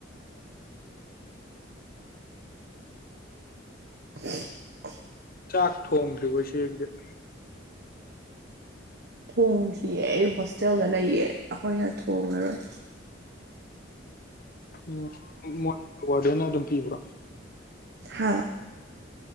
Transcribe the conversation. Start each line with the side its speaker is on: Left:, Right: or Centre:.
Right: <unintelligible>
Left: ꯆꯥꯛ ꯊꯣꯡꯗ꯭ꯔꯤꯕꯣ ꯏꯆꯦ ꯑꯗꯨꯗꯤ
Right: ꯊꯣꯡꯗ꯭ꯔꯤꯌꯦ ꯑꯩ ꯍꯣꯁꯇꯦꯜꯗ ꯂꯩꯌꯦ ꯑꯈꯣꯏꯅ ꯊꯣꯡꯉꯔꯣꯏ
Left: ꯎꯝ ꯃꯣꯏ ꯋꯥꯔꯗꯦꯟꯅ ꯑꯗꯨꯝ ꯄꯤꯕ꯭ꯔꯣ
Right: ꯍꯥꯥ